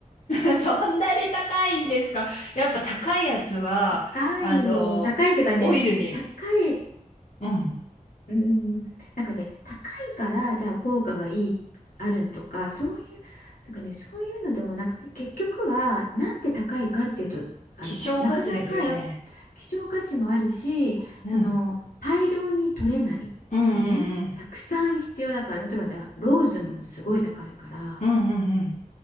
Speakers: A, on the left; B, on the left.
A: ー、<laughs> そんなに高いんですかやっぱ高いやつは、
B: 高いよ。
A: あの、
B: 高いっていうかね、
A: オイルに
B: 高い、
A: うん。
B: うん、なんかね、高いからじゃあ効果がいい、あるとか、そういう、なんかね、そういうのでもなくて、結局は、なんで高いかっていうと、あの、
A: 希少価値ですよね。
B: なかなかやっ、希少価値もあるし、
A: うん。
B: その、大量に取れないよね。
A: うんうんうん。
B: たくさん必要だから、例えばだ、ローズもすごい高いから、
A: うんうん